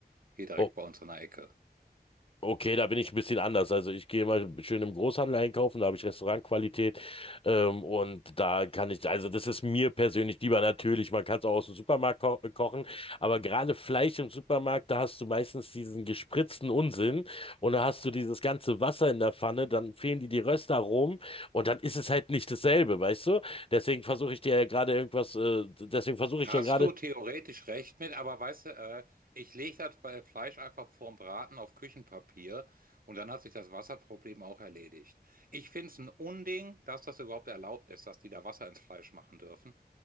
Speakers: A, on the right; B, on the left.
A: Hier direkt
B: Oh,
A: bei uns an der Ecke.
B: Okay, da bin ich ein bisschen anders. Also ich gehe mal schön im Großhandel einkaufen, da habe ich Restaurantqualität ähm, und da kann ich, also das ist mir persönlich lieber natürlich, man kann es auch aus dem Supermarkt ko äh, kochen, aber gerade Fleisch im Supermarkt, da hast du meistens diesen gespritzten Unsinn und da hast du dieses ganze Wasser in der Pfanne, dann fehlen dir die Röstaromen und dann ist es halt nicht dasselbe, weißt du? Deswegen versuche ich dir ja gerade irgendwas, äh, deswegen versuche ich
A: Hast
B: ja gerade
A: du theoretisch recht mit, aber weißt du, äh, ich lege das bei Fleisch einfach vorm Braten auf Küchenpapier und dann hat sich das Wasserproblem auch erledigt. Ich finde es ein Unding, dass das überhaupt erlaubt ist, dass die da Wasser ins Fleisch machen dürfen,